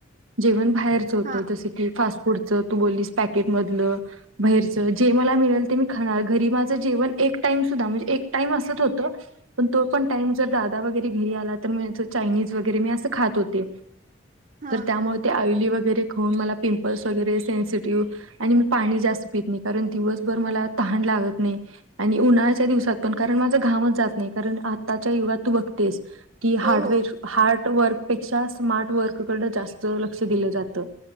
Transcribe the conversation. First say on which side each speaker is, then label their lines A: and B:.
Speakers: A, on the right; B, on the right.
A: जेवण बाहेर होत
B: हा
A: जस की फास पुडचं तू बोललीस पॅकेट मधलं बाहेरच जे मला मिळेल ते मी खाणार घरी माझं जेवन एक टाइम सुद्धा म्हणजे एक टाइम असच होत पण तो पण टाइम जर दादा वगैरे घरी आला तर चायनीज वगैरे मी असं खात होते,
B: हा
A: तर त्यामुळे ते ऑयली वगैर खाऊन मला पिंपल्स वगैरे सेन्सिटिव्ह आणि मी पाणी जास्त पित नई कारण दिवसभर मला तहान लागत नई, आणि उन्हाळ्याच्या दिवसात पण कारण माझ घामच जात नई, कारण आताच्या युगात तू बघतेस की
B: हो
A: हार्डवेअर
B: हो
A: हार्ड वर्कपेक्षा स्मार्ट वर्ककड जास्त लक्ष दिलं जा त.